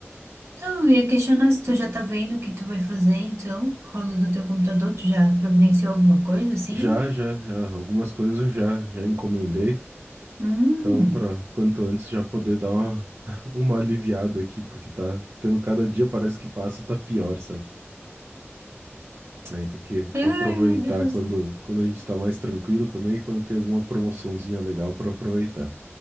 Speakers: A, on the right (about 80°); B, on the right (about 60°).
A: Não, eu ia questionar se tu já tá vendo o que tu vai fazer, então, por causa do teu computador, tu já providenciou alguma coisa assim?
B: Já, já, já. Algumas coisas eu já, já encomendei.
A: Hum.
B: Então, para quanto antes já poder dar uma, <laughs> uma aliviada aqui, porque tá ficando cada dia, parece que passa, tá pior, sabe? Aí tem que
A: Ai,
B: aproveitar
A: meu Deus.
B: quando, quando a gente tá mais tranquilo também, e quando tem alguma promoçãozinha legal para aproveitar.